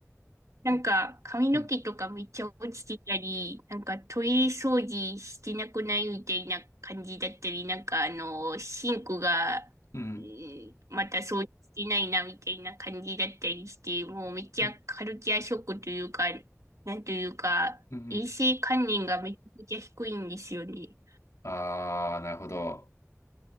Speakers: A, on the right; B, on the left.
A: なんか、髪の毛とかめっちゃ落ちてたり、
B: うん、
A: なんかトイレ掃除してなくないみたいな感じだったり、なんかあの、シンクが、
B: うん、
A: えーまた掃除してないなみたいな感じだったりして、もうめっちゃカルチャーショックというか、
B: うん、
A: なんというか、
B: うん。うん
A: 衛生観念がめちゃくちゃ低いんですよね。
B: あー、なるほど。